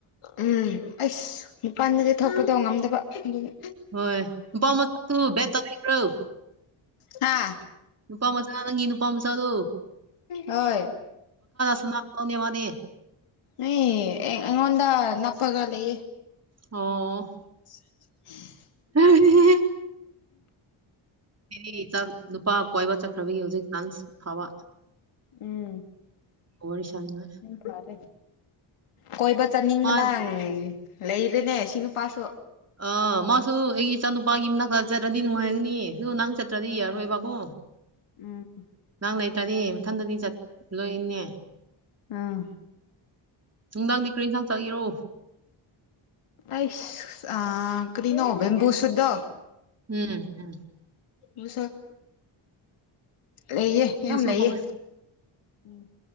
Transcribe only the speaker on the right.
ꯍꯣꯏ <unintelligible> ꯕꯦꯗꯇ ꯂꯩꯕ꯭ꯔꯣ
ꯅꯨꯄꯥ ꯃꯆꯥꯥ ꯅꯪꯒꯤ ꯅꯨꯄꯥ ꯃꯆꯥꯥꯗꯣ
ꯁꯅꯥꯒꯗꯧꯅꯦ ꯃꯥꯗꯤ
ꯑꯣ
<unintelligible> <unintelligible> ꯅꯨꯄꯥ ꯀꯣꯏꯕ ꯆꯠꯈ꯭ꯔꯕꯒꯤ ꯍꯧꯖꯤꯛ <unintelligible> ꯐꯕ
ꯋꯥꯔꯤ ꯁꯥꯅꯤꯉꯥꯏ
ꯃꯥ
ꯑꯥ ꯃꯥꯁꯨ ꯑꯩꯒꯤ ꯏꯆꯥ ꯅꯨꯄꯥꯒꯤ ꯃꯅꯥꯛ ꯆꯠꯔꯗꯤ ꯅꯨꯡꯉꯥꯏꯒꯅꯤ ꯅꯪ ꯆꯠ ꯇ꯭ꯔꯗꯤ
ꯌꯥꯔꯣꯏꯕꯀꯣ
ꯅꯪ ꯂꯩꯇ꯭ꯔꯗꯤ ꯃꯊꯟꯗꯗꯤ ꯆꯠꯂꯣꯏꯅꯦ
ꯅꯨꯡꯗꯥꯡꯗꯤ ꯀ꯭ꯔꯤ ꯏꯟꯁꯥꯡ ꯆꯥꯒꯦꯔꯣ?
ꯎꯝ ꯎꯝ
ꯑꯗꯨꯁꯨ
ꯍꯧꯋꯦ